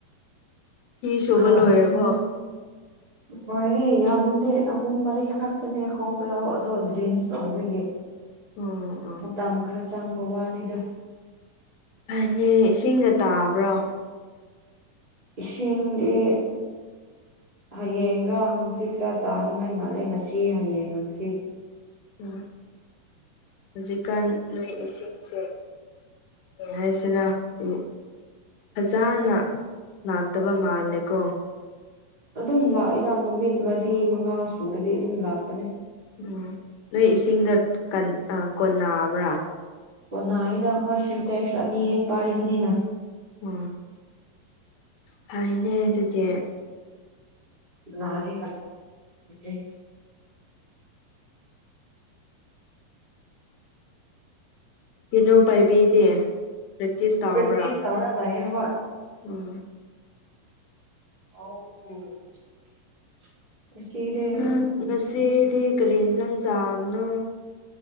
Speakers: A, on the left (about 85°); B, on the right (about 20°).
A: ꯁꯨꯕ
B: ꯁꯔꯤꯉꯩ꯫
A: ꯂꯣꯏꯔꯕꯣ <inaudible>
B: ꯂꯣꯏꯔꯦ ꯌꯥꯝꯗꯦ ꯑꯍꯨꯝ ꯃꯔꯤ ꯈꯛꯇꯅꯦ ꯈꯣꯡꯒ꯭ꯔꯥꯎ ꯑꯗꯣ ꯖꯤꯟꯁ ꯑꯣꯏꯕꯒꯤ꯫
A: ꯑꯣ ꯑꯣ
B: ꯃꯇꯝ ꯈꯔ ꯆꯪꯕ ꯋꯥꯅꯤꯗ꯫
A: ꯐꯩꯅꯦ ꯏꯁꯤꯡꯒ ꯇꯥꯕ꯭ꯔꯣ꯫
B: ꯏꯁꯤꯡꯗꯤ꯫ ꯍꯌꯦꯡꯔꯥ ꯍꯪꯆꯤꯠꯔꯥ ꯇꯥꯅꯤꯡꯉꯥꯏ ꯃꯥꯜꯂꯦ ꯉꯁꯤ ꯍꯌꯦꯡ ꯍꯪꯆꯤꯠ꯫
A: ꯎꯝ ꯍꯧꯖꯤꯛꯀꯥꯟ ꯅꯣꯏ ꯏꯁꯤꯡꯁꯦ꯫ ꯀꯩ ꯍꯥꯏꯁꯤꯔꯥ ꯎꯝ꯫ ꯐꯖꯅ ꯂꯥꯛꯇꯕ ꯃꯥꯜꯂꯦꯀꯣ꯫
B: ꯑꯗꯨꯝ ꯂꯥꯛꯏꯗ ꯅꯨꯃꯤꯠ ꯃꯔꯤ ꯃꯉꯥ ꯁꯨꯔꯗꯤ ꯑꯗꯨꯝ ꯂꯥꯛꯄꯅꯦ꯫
A: ꯎꯝ ꯅꯣꯏ ꯏꯁꯤꯡꯗꯠ ꯀꯟ ꯀꯣꯟꯅꯕ꯭ꯔꯥ꯫
B: ꯀꯣꯅꯥꯌꯦꯗ ꯍꯣꯏ ꯁꯤꯟꯇꯦꯛꯁ ꯑꯅꯤ ꯄꯥꯏꯕꯅꯤꯅ꯫
A: ꯑꯣ ꯐꯩꯅꯦ ꯑꯗꯨꯗꯤ꯫
B: ꯅꯥꯗꯦ <unintelligible>
A: ꯀꯤꯅꯣ ꯄꯥꯏꯕꯤꯗꯦ ꯄ꯭ꯔꯦꯛꯇꯤꯁ ꯇꯥꯎꯕ꯭ꯔꯥ꯫
B: ꯄ꯭ꯔꯦꯛꯇꯤꯁ ꯇꯧꯔ ꯂꯩꯌꯦ ꯍꯣꯏ
A: ꯎꯝ
B: <unintelligible> ꯉꯥꯁꯤꯗ‌ꯦ
A: ꯍꯥ ꯉꯁꯤꯗꯤ ꯀꯥꯔꯤ ꯏꯟꯖꯥꯡ ꯆꯥꯕꯅꯣ